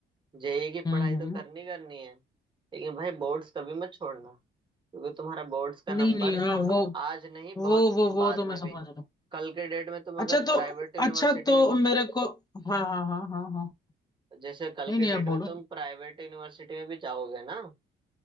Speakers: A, on the right; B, on the left.
A: जेई की
B: हम्म
A: पढ़ाई
B: हम्म
A: तो करनी करनी है लेकिन भाई बोर्ड्स कभी मत छोड़ना क्योंकि तुम्हारा बोर्ड्स का
B: नहीं
A: नंबर
B: नहीं हाँ वो
A: आज नहीं
B: वो
A: बहुत
B: वो वो
A: बाद
B: तो
A: में
B: मैं समझ
A: भी
B: रहा हूँ
A: कल के डेट में तुम
B: अच्छा
A: अगर प्राइवेट
B: तो
A: यूनिवर्सिटी
B: अच्छा तो
A: में भी
B: मेरे को हाँ हाँ हाँ हाँ हाँ
A: जैसे कल
B: नहीं
A: के
B: नहीं
A: डेट
B: आप बोलो
A: में तुम प्राइवेट यूनिवर्सिटी में भी जाओगे ना